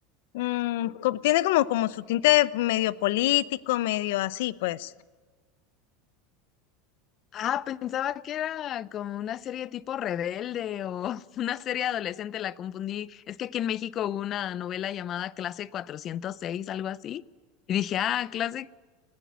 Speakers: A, on the left; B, on the left.
A: mm, co- tiene como, como su tinte medio político, medio así, pues.
B: Ah, pensaba que era como una serie tipo rebelde o <laughs> una serie adolescente, la confundí. Es que aquí en México hubo una novela llamada Clase cuatrocientos seis algo así. Y dije, ah, clase,